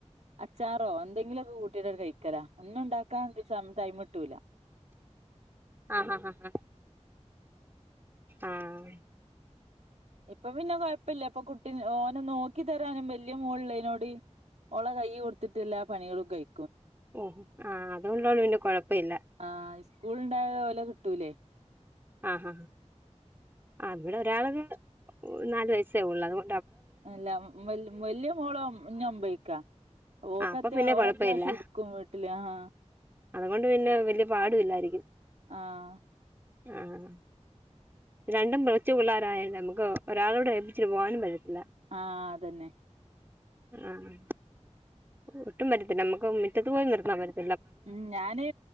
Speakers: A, on the right; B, on the right.
A: അച്ചാറോ എന്തെങ്കിലൊക്കെ കൂട്ടീട്ടണ് കഴിക്കലാ. ഒന്നും ഇണ്ടാക്കാൻ ടൈമ്ട്ടൂല.
B: ആഹ ഹാ ഹ, ആഹ്
A: ഇപ്പൊ പിന്നെ കൊയ്പ്പല്ല, ഇപ്പൊ കുട്ടിനെ ഓനെ നോക്കി തരാനും വല്യ മോള് ഇള്ളയ്നോട് ഓളെ കൈയ് കൊട്ത്ത്ട്ടെല്ലാ പണികളും കയ്
B: ഓഹ് ആഹ് അതുള്ളോണ്ട് പിന്നെ കൊഴപ്പ ഇല്ല.
A: ആഹ് ഇസ്കൂള്ണ്ടായാ ഓലെ കിട്ടൂലേയ്
B: ആഹ് ആഹ് ഇവിടെ ഒരാള്ത് നാല് വയസ്സേ ഉള്ളു അത്കൊ
A: അല്ല വല്യ വല്ല്യ മോളും ഇഞ്ഞൊമ്പീക്കാ. ഓക്കത്യ
B: ആഹ് അപ്പൊ പിന്നെ
A: ഓളത്യാവശ്യം
B: കൊഴപ്പമില്ല
A: ഇട്ക്കും വീട്ടില് അഹാഹ്
B: അതുകൊണ്ട് പിന്നെ വല്യ പാടു ഇല്ലായിരിക്കും.
A: ആഹ്
B: ആഹ് രണ്ടും <unintelligible> പിള്ളാരായോണ്ട് നമുക്ക്, ഒരാളോടേപ്പിച്ചിട്ട് പോകാനും പറ്റത്തില്ല.
A: ആഹ് അതന്നെ.
B: ആഹ് ഒട്ടും പറ്റത്തില്ല, നമുക്ക് മിറ്റത്ത് പോലും നിർത്താൻ പറ്റ
A: ഉം ഞാന്